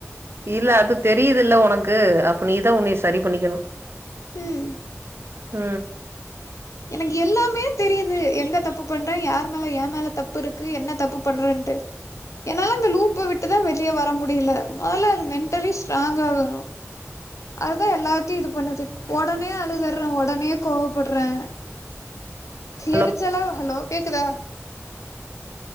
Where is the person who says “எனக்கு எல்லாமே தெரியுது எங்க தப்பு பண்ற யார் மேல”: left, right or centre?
Left